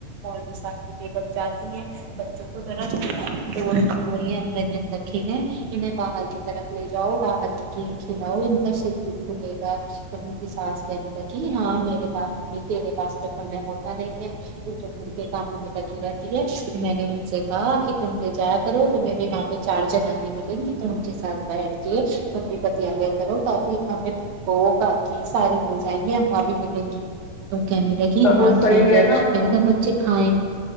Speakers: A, on the right; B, on the left.
A: اور بھی سھی پم جاتی ہیں بچوں کو تو پا چول تووی ہے اندر اندر کھیلیں انہیں باہر کی طرف لے جاؤ باہر کے گیم کھلاؤ ان کا ک کھلے گا س سانس کہنے لگی ہاں میرے پاس تیرے پاس تو سمے ہوتا نہیں ہے پٹ کے کاموں میں لگی رہتی ہے تو میں نے ان سے ہاں کہ تم لے جایا کرو تمہیں بھی وہاںہ چار جنانی ملیں گی تو ان کے ساتھ بیٹھ کے ت بھی پتیالے کرو تاکی وہ پہو کاکی ساری مل جائیں گی ااں بھی ملیں گی تو کہنے ل کہ
B: سگوں
A: ہاں
B: صحیح
A: ٹھیک ہے
B: نا
A: میں نے
B: ان
A: ت بچے کھائے